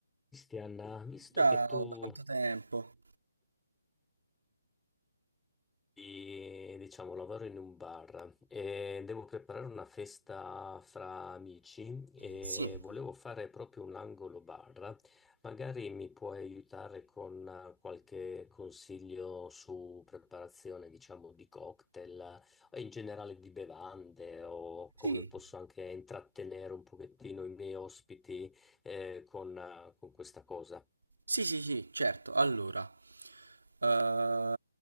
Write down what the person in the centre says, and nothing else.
Cristian, visto
che tu,
eh, diciamo, lavoro in un bar e devo preparare una festa fra amici e
volevo fare proprio un angolo bar, magari mi puoi aiutare con eh, qualche consiglio su preparazione, diciamo, di cocktail eh, o in generale di bevande o come
posso anche intrattenere un pochettino i miei ospiti, eh, con eh, con questa cosa.